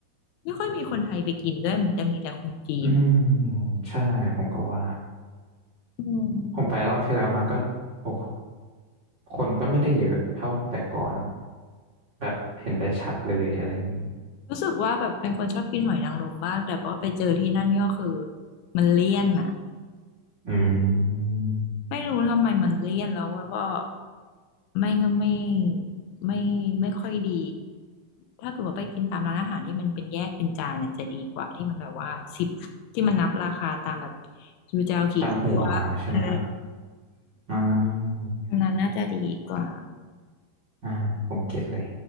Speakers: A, on the left; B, on the right.
A: ไม่ค่อยมีคนไทยไปกินด้วยเหมือนจะมีแต่คนจีน
B: อืมใช่ผมก็ว่า
A: อืม
B: ผมไปรอบที่แล้วมาก็โอ้คนก็ไม่ได้เยอะเท่าแต่ก่อนแบบเห็นได้ชัดเลยอะไรอย่างนี้
A: รู้สึกว่าแบบเป็นคนชอบกินหอยนางรมบ้างแต่พอไปเจอที่นั่นก็คือมันเลี่ยนอ่ะ
B: อืม
A: ไม่รู้ทำไมมันเลี่ยนแล้วว่าก็ไม่ก็ไม่ไม่ไม่ค่อยดีถ้าเกิดว่าไปกินตามร้านอาหารที่มันเป็นแยกเป็นจานน่ะจะดีกว่าที่มันแบบว่าสิบที่มันนับราคาตามแบบจูเจ้วกี่ตัวเออ
B: ตามหัวใช่ไหมครับอ่า
A: อันนั้นน่าจะดีกว่า
B: อ่าผมเก็ตเลย